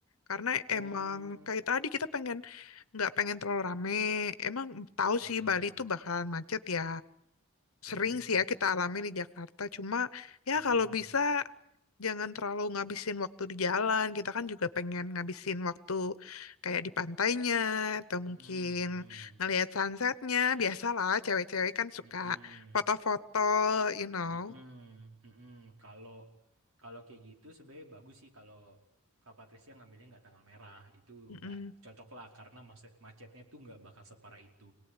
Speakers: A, on the left; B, on the right.
A: karena
B: Oh,
A: emang kayak tadi kita pengen enggak pengen terlalu rame. Emang tahu
B: heeh,
A: sih Bali itu bakalan macet ya.
B: mm-mm,
A: sering sih ya kita alami di Jakarta. Cuma ya
B: mm-mm,
A: kalau bisa jangan terlalu ngabisin waktu di jalan. Kita kan juga pengen ngabisin waktu kayak di pantainya atau
B: mm-mm,
A: mungkin
B: mm-mm,
A: ngelihat sunsetnya. Biasalah cewek-cewek kan suka
B: mm-mm, mm-mm.
A: foto-foto, you know.
B: Mm-mm, mm-mm. Kalau kalau kayak gitu sebenarnya bagus sih kalau Kak Patricia ngambilnya nggak tanggal merah itu
A: Mm-mm.
B: udah cocok lah karena mas- macetnya tuh nggak bakal separah itu.